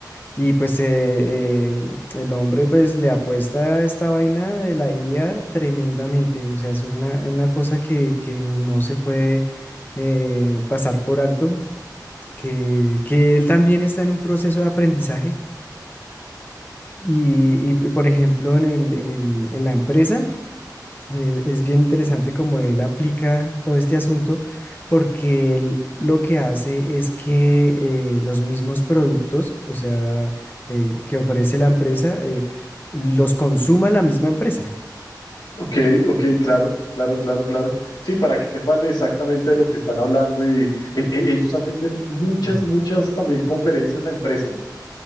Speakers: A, on the left; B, on the left.
A: Y pues eh, eh, el hombre pues le apuesta a esta vaina de la IA tremendamente, o sea, eso es una, una cosa que, que no se puede eh, pasar por alto, que, que él también está en un proceso de aprendizaje. Y, y, por ejemplo, en el, en el, en la empresa eh, es bien interesante cómo él aplica todo este asunto, porque él lo que hace es que eh, los mismos productos, o sea, eh, que ofrece la empresa, eh, los consuma la misma empresa.
B: Ok, ok, claro, claro, claro, claro. Sí, para que sepan exactamente de lo que están hablando y el- e- ellos hacen de muchas,
A: Mm.
B: muchas también conferencias a empresas.